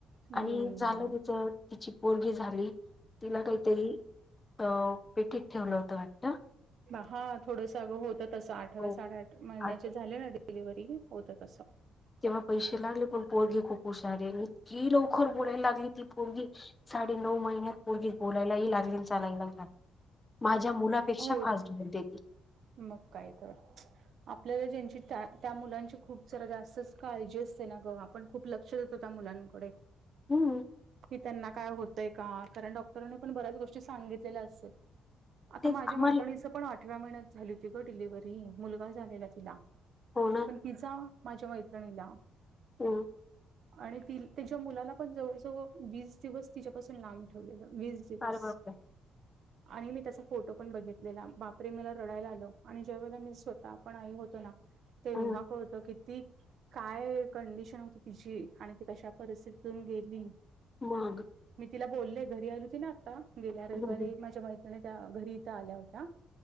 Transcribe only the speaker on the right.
हम्म.
हा थोडसं होतं तसं आठवा
साडेआठ महिन्याच्या
झाले डिलवरी होत तसं.
होत.
मग काय तर? आपल्याला त्यांची त्त्या मुलांची खूप जरा जास्तच काळजी असते ना ग पण खूप लक्ष होत त्या मुलांकडे
की त्यांना काही होतंय का कारण डॉक्टरांनी पण बऱ्याच गोष्टी सांगितलेल्या असते. आता
माझ्या
मैत्रणीचं पण आठव्या महिन्यात झाली होती ग डिलिव्हरी मुलगा झालेला तिला
पण पिझ्झा माझ्या मैत्रिणीला
आणि तिच्या मुलाला पण जवळ जवळ वीस दिवस तिच्यापासून लांब ठेवलेलं वीस
आणि मी त्याचा फोटो पण बघितलेला बापरे म्ह रडायला आल आणि जेव्हा आपण स्वतः पण आई होतो ना तेव्हा
कळत की की काय कंडिशन होती तिची आणि ती कशा परिस्थितीतून गेली.
मी तिला बोलले घरी आली होती ना आता गेल्या रविवारी
माझ्या मैत्रिणी त्या घरी इथं आल्या होत्या.